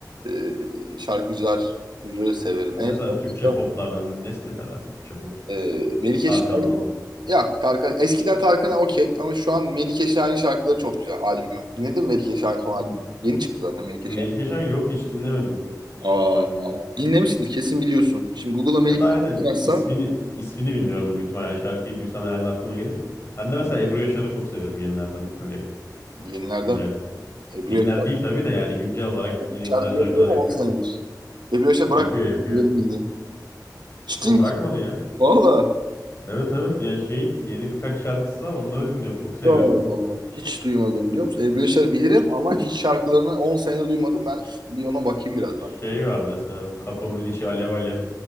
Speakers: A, on the right; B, on the left.
A: e, şarkıcıları severim.
B: Mesela
A: En son
B: Türkçe poplardan
A: da,
B: ne, ne seversin Türkçe pop?
A: e, Melike
B: Tarkan
A: Şahin
B: falan mı?
A: yok. Tarkan, eskiden Tarkan okey ama şu an Melike Şahin şarkıları çok güzel albümü. Dinledin mi Melike Şahin son albümü?
B: M-
A: Yeni çıktı zaten Melike
B: Melike
A: Şahin.
B: Şen yok hiç dinlemedim
A: Aa,
B: albümünü.
A: dinlemişsindir kesin biliyorsun. Şimdi Google'a Melike
B: Ya da aynen
A: Şahin yazsan
B: ismini ismini bilmiyorum büyük ihtimalle. Yani Şarkıyı duysam herhalde aklıma gelir. Ben de mesela Ebru Yaşar'ı çok severim yenilerden böyle
A: yenilerden
B: güncel.
A: Ebru
B: Yeniler
A: Yaşar
B: değil tabii de yani güncel olarak yine
A: şarkı
B: güzel şarkılar
A: yapıyor mu
B: yapıyor.
A: 10 senedir? Ebru Yaşar bırak
B: Yapıyor yapıyor.
A: benim bildiğim. Ciddi
B: Yo
A: misin?
B: bırakmadı ya.
A: Valla.
B: Evet evet ya şey yeni birkaç şarkısı var onları dinliyorum çok seviyorum.
A: Allah Allah. Hiç duymadım biliyor musun? Ebru Yaşar'ı bilirim ama hiç şarkılarını 10 sene duymadım. Ben bir ona bakayım birazdan.
B: Şey var mesela bu kafamın içi alev alev